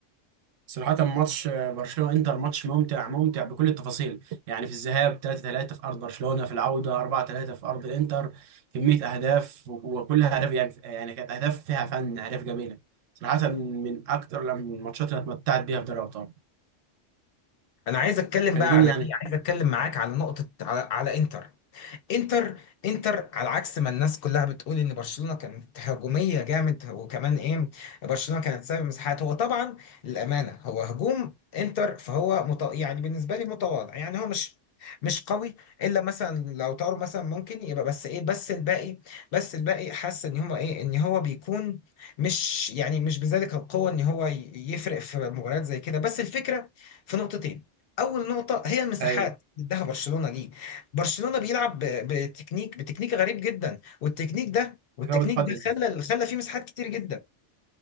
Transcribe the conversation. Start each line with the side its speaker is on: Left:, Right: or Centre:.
Right: صراحة ماتش آه، برشلونة انتر ماتش ممتع ممتع بكل التفاصيل يعني في الذهاب 3-3 في ارض برشلونة في العودة 4-3 في ارض الانتر كمية اهداف و- وكلها اهداف يعني يعني كانت اهداف فيها فن اهداف جميلة صراحة من اكتر الماتشات اللي أنا اتمتعت بيها في دوري الابطال
Left: انا عايز اتكلم
Right: خارجين
Left: بقى على
Right: يعني
Left: ايه عايز اتكلم معاك على نقطة على, على انتر انتر انتر على عكس ما الناس كلها بتقول ان برشلونه كانت هجوميه جامد وكمان ايه برشلونه كانت سبب مساحات هو طبعا للامانه هو هجوم انتر فهو مت... يعني بالنسبه لي متواضع يعني هو مش مش قوي الا مثلا لو طاروا مثلا ممكن يبقى بس ايه بس الباقي بس الباقي حاسس ان هما ايه ان هو بيكون مش يعني مش بذلك القوه ان هو ي- يفرق في مباريات زي كده بس الفكره في نقطتين اول نقطه هي المساحات
Right: ايوه
Left: اللي اداها برشلونه ليك برشلونة بيلعب ب- بتكنيك بتكنيك غريب جدا والتكنيك ده والتكنيك
Right: دفاع متقدم
Left: ده خلى خلى فيه مساحات كتير جدا